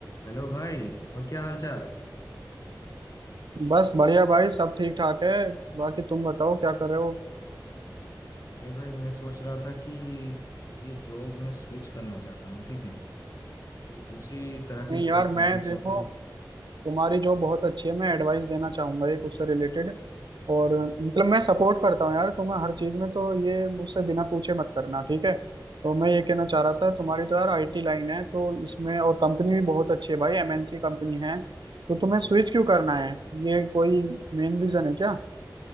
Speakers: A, on the left; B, on the right.
A: हेलो भाई और क्या हाल चाल
B: बस बढ़िया भाई सब ठीक ठाक है बाकी तुम बताओ क्या कर रहे हो
A: अरे भाई मैं सोच रहा था कि ये जॉब में स्विच करना चाहता हूँ ठीक है कोई दूसरी तरह की
B: नहीं यार
A: जॉब
B: मैं
A: करना
B: देखो
A: चाहता हूँ
B: तुम्हारी जो बहुत अच्छी है मैं एडवाइस देना चाहूंगा एक उससे रिलेटेड और मतलब मैं सपोर्ट करता हूँ यार तुम्हें हर चीज में तो ये मुझसे बिना पूछे मत करना ठीक है तो मैं ये कहना चाह रहा था तुम्हारी तो यार आईटी लाइन है तो इसमें और कंपनी भी बहुत अच्छी है भाई एमएनसी कंपनी है तो तुम्हें स्विच क्यों करना है ये कोई मेन रीजन है क्या